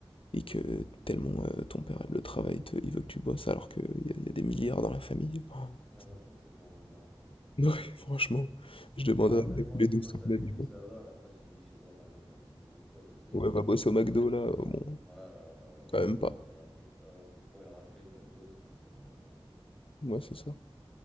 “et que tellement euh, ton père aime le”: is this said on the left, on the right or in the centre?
Left